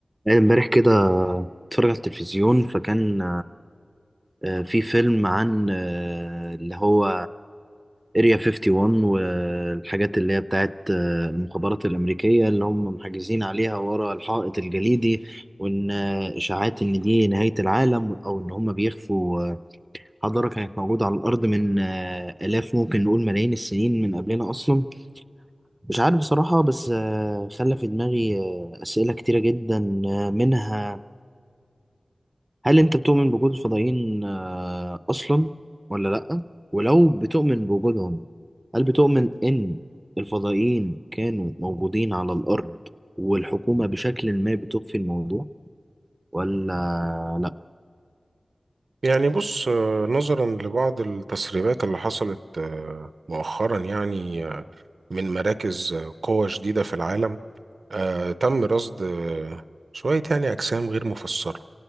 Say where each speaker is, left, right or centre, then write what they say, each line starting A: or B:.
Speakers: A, on the right (about 20°); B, on the right (about 80°).
A: يعني امبارح كده اتفرج على التلفزيون فكان آه، في فيلم عن آه، اللي هو اريا 51 والحاجات اللي هي بتاعت آه، المخابرات الأمريكية اللي هم محجزين عليها ورا الحائط الجليدي وإن آه، إشاعات إن دي نهاية العالم أو إن هم بيخفوا آه، حضارة كانت موجودة على الأرض من آه، آلاف ممكن نقول ملايين السنين من قبلنا أصلا مش عارف بصراحة بس آه، خلى في دماغي آه، أسئلة كتيرة جدا آه، منها هل انت بتؤمن بوجود الفضائيين آه، اصلا ولا لا ولو بتؤمن بوجودهم هل بتؤمن ان الفضائيين كانوا موجودين على الارض والحكومة بشكل ما بتخفي الموضوع ولا لا
B: يعني بص آه، نظرا لبعض التسريبات اللي حصلت آه، مؤخرا يعني آه، من مراكز آه، قوة جديدة في العالم آه، تم رصد آه، شوية يعني أجسام غير مفسرة